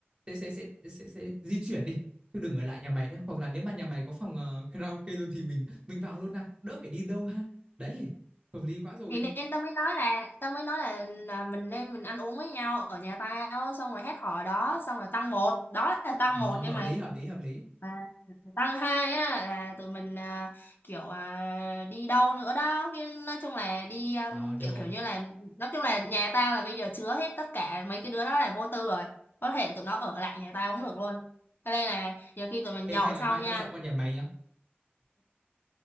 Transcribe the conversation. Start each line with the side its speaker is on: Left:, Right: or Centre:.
Right: sẽ sẽ sẽ sẽ, sẽ di chuyển đi. Thôi đừng ở lại nhà mày nữa hoặc là nếu mà nhà mày có phòng ờ, karaoke luôn thì mình mình vào luôn ha, đỡ phải đi đâu ha. Đấy, hợp lý quá rồi.
Left: thì nên tao mới nói là tao mới nói là, là mình nên mình ăn uống với nhau ở nhà tao xong rồi hết hò đó xong rồi tăng một đó là tăng
Right: Ờ
Left: một nha
Right: hợp
Left: mày
Right: lý, hợp lý, hợp lý.
Left: mà tăng hai á là tụi mình à, kiểu à, đi đâu nữa đó cái nói chung là đi um,
Right: Ờ được
Left: kiểu
Right: rồi.
Left: kiểu như là nói chung là nhà tao là bây giờ chứa hết tất cả mấy cái đứa đó là vô tư rồi có thể tụi nó ở lại nhà tao cũng được luôn cho nên là nhiều khi tụi mình
Right: Ê,
Left: nhậu
Right: hay là
Left: xong
Right: mai
Left: nha
Right: tao dọn qua nhà mày nhá.